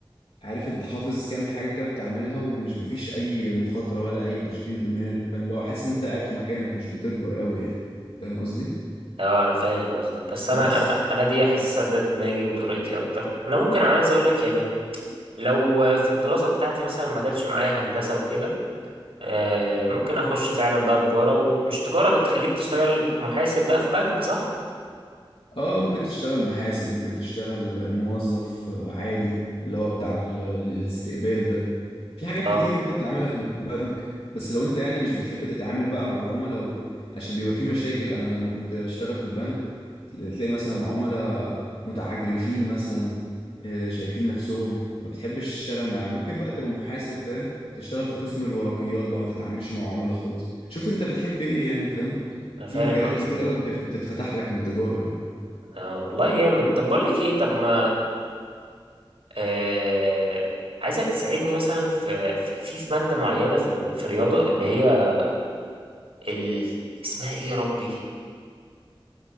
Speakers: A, on the left (about 80°); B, on the right (about 80°).
A: عارف انت حافظ كام حاجه كده بتعملها ومش مفيش اي مخاطره ولا اي تشغيل دماغ فاهم اللي هو حاسس ان انت قاعد في مكانك مش بتكبر قوي يعني فاهم قصدي
B: اه انا فاهم قصدك بس انا
A: بس
B: انا انا دي حاسسها ده دماغي وطريقتي اكتر انا ممكن عايز اقول لك يعني لو في الدراسه بتاعتي مثلا ما جاتش معايا هندسه وكده آه، ممكن اخش فعلا بقى تجاره ومش تجاره بتخليك تشتغل محاسب بقى في بنك صح
A: اه ممكن تشتغل محاسب ممكن تشتغل موظف عادي اللي هو بتاع ال- الاستقبال ده في حاجات
B: اه
A: كتير ممكن تعملها في البنك بس لو انت يعني مش بتحب تتعامل بقى مع العملاء و... عشان بيبقى في مشاكل انا لما كنت بشتغل في البنك تلاقي مثلا عملاء متعجرفين مثلا آه، شايفين نفسهم ما بتحبش تشتغل معاهم ممكن بقى تبقى محاسب فاهم تشتغل في قسم الورقيات بقى ما تتعاملش مع عملاء خالص شوف انت بتحب ايه يعني فاهم
B: انا فاهم
A: في مجالات
B: قصدك
A: كتير قوي بتف... بتتفتح لك من تجارة يعني
B: اه والله جامد طب بقول لك ايه طب ما آه عايزك تساعدني مثلا في في في في ماده معينه في ال- في الرياضه اللي هي ال... اسمها ايه يا ربي